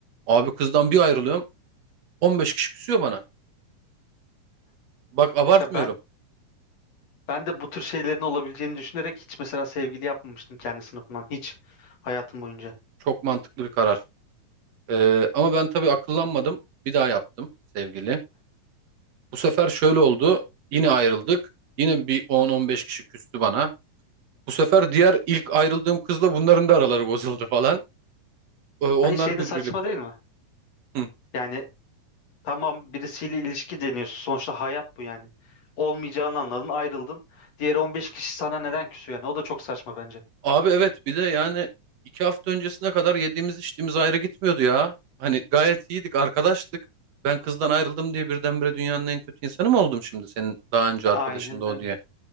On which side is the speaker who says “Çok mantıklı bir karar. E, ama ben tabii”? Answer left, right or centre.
Right